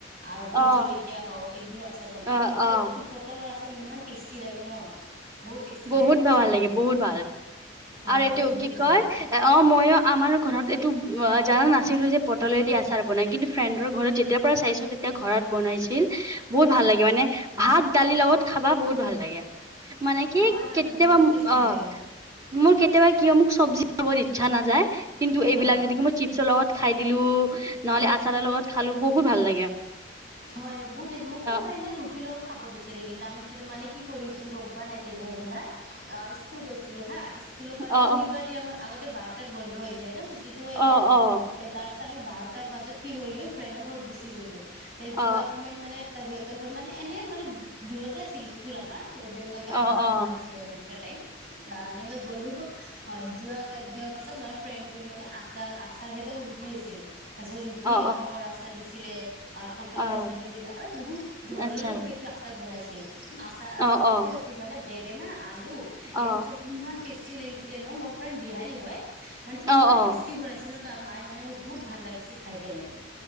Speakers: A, on the right (about 55°); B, on the right (about 20°).
A: আৰু ভোট
B: অ',
A: জলকীয়া হও এইবোৰো আছে বনাই
B: অ',
A: কিন্তু
B: অ',
A: এইটো পটলৰ আছে ইমান টেষ্টি লাগে ন বহুত টেষ্টি
B: বহুত
A: লাগে খাই
B: ভবাল
A: কেনে
B: লাগে
A: কিন্তু
B: বহুত ভাল
A: হয়
B: আৰু এইটো
A: বহুত
B: কি
A: ভাল
B: কয়
A: লাগে
B: অ মইো আমাৰ ঘৰত এইটো জাননা নাছিলোঁ যে পটলেদি আচাৰ বনাই কিন্তু ফ্ৰেণ্ডৰ ঘৰত যেতিয়াৰ পৰা চাইছোঁ তেতিয়া ঘৰত বনাইছিল বহুত ভাল লাগে মানে ভাত দালিৰ লগত খাবা বহুত ভাল লাগে মানে কি
A: হয় হয়
B: কেতিয়াবা
A: বহুত টেষ্টি
B: অ',
A: লাগে
B: মোৰ কেতিয়াবা কিয় মোক চব্জি খাবৰ ইচ্ছা নাযায়, কিন্তু এইবিলাক
A: হয়
B: যদি মই চিপছৰ লগত খাই দিলো নহলে আচাৰাৰ লগত খালো বহুত ভাল লাগে
A: হয়, হয় বহুত দি মোকতো
B: অ
A: ফ্ৰেণ্ডে ৰুটি লগও খাব দিছিলে কিন্তু আমি যিটো মানে কি কৰিছিলো গম পোৱা নাই তেনা সেইদিনা অ', স্কুল গৈছিলো হা স্কুলৰ পৰা
B: অ
A: শনিবাৰ দিয়া ম আগত বাৰটাত বন্ধ হৈ যায় ন ছুটি টো হৈ
B: অ
A: যায়
B: অ অ
A: তাৰছ আমি বাৰটাৰ বাজত কি কৰিলো ফ্ৰেণ্ডৰ ঘৰ গুচি গলো তে যোৱা
B: অ অ
A: সময়ত মানে ত সিহঁত তত মানে এনেই মানে দূৰতে আছিল স্কুল আমাৰ যেনেকুৱা কে আমি
B: অ
A: বাং
B: অ অ
A: মাৰিছো আৰু এনেকা অ', এনেকাে গ'লো হয় যোৱা কাৰ য পাছত মে ফ্ৰেণ্ড বোৰ মানে আচাৰ আচাৰ সেইত ৰুটি আছিল তাৰ পিছত ৰুটি
B: অ
A: আমৰ আচাৰ দিছিলে পটৰৰ
B: অ অ
A: আচাৰ দিছিলে আৰু বহুত ধৰ
B: আচ্ছা
A: ধৰে কিবা- কিবি আচাৰ বনাইছিল আচাৰ আৰু
B: অ
A: চব্জিও
B: অ
A: আছে মানে বেঙেনা আলু
B: অ
A: এইবোৰ চবজি ইমান টেষ্ট ইমান টেষ্টি লাগিছিলে মোৰ ফ্ৰেণ্ড বিহাৰী হয়, ইমান
B: অ অ
A: টেষ্টি বনাইছে। তাৰ মায়ে মানে মোক বহুত ভাল লাগিছে খাই কেনে